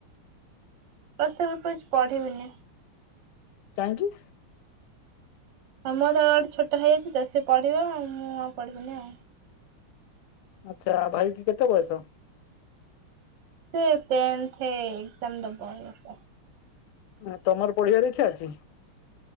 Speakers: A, on the right; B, on the left.
A: ପ୍ଲସ ଥ୍ରୀ ପରେ କିଛି ପଢ଼ିବିନି।
B: କାହିଁକି?
A: ଆ ମୋର ଗୋଟେ ଛୋଟ ଭାଇ ଅଛି ତ ସେ ପଢିବ ଆଉ ମୁଁ ଆଉ ପଢିବିନି ଆଉ।
B: ଆଚ୍ଛା ଭାଇକି କେତେ ବୟସ?
A: ସେ ଟେ‌ନ୍ଥ ଏଜ୍କାମ ଦବ ଏ ବର୍ଷ।
B: ଆ ତମର ପଢିବାର ଇଛା ଅଛି?